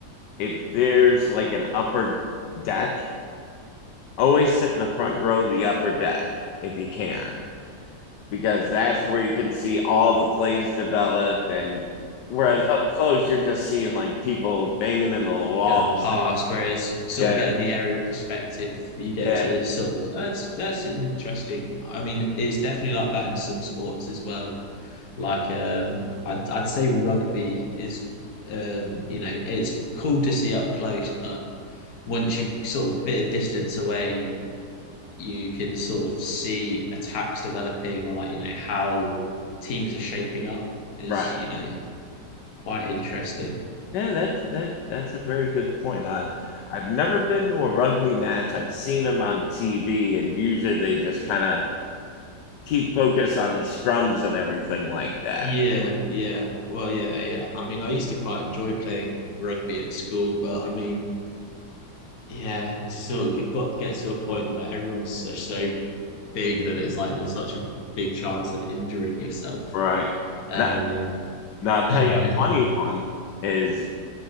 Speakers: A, on the left; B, on the left.
A: if there's like an upper deck, always sit in the front row of the upper deck if you can, because that's where you can see all the plays develop. And whereas up close, you're just seeing like people banging into the walls.
B: going past.
A: And,
B: Whereas sort
A: yeah.
B: of getting the aerial perspective, you get
A: Yeah.
B: to sort of that's that's an interesting. I mean, it's definitely like that in some sports as well. Like um, I'd I'd say rugby is um, you know it's cool to see up close, but once you sort of bit of distance away, you can sort of see attacks developing or like you know how teams are shaping up is
A: Right.
B: you know quite interesting.
A: Yeah, that's that that's a very good point. I I've never been to a rugby match. I've seen them on TV, and usually they just kind of keep focus on the scrums and everything like that.
B: Yeah, yeah. Well, yeah, yeah. I mean, I used to quite enjoy playing rugby at school, but I mean, yeah, it's sort of g- got gets to a point where everyone's so, so big that it's like there's such a big chance of injuring yourself.
A: Right.
B: Um,
A: Now, now
B: <laughs>
A: I'll tell you
B: yeah.
A: a funny one is